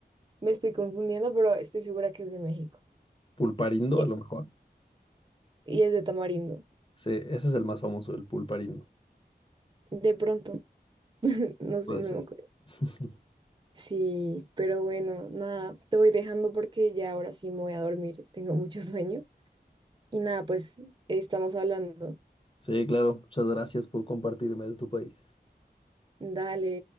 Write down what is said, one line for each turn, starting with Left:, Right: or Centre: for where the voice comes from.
Right: me estoy confundiendo, pero estoy segura que es de México.
Left: Pulparindo,
Right: Y
Left: a lo mejor.
Right: y es de tamarindo.
Left: Sí, ese es el más famoso, el pulparindo.
Right: De pronto. <laughs> No sé,
Left: Puede
Right: no
Left: ser.
Right: me acuerdo.
Left: <laughs>
Right: Sí, pero bueno, nada, te voy dejando porque ya ahora sí me voy a dormir. Tengo mucho sueño. Y nada, pues estamos hablando.
Left: Sí, claro. Muchas gracias por compartirme de tu país.
Right: Dale.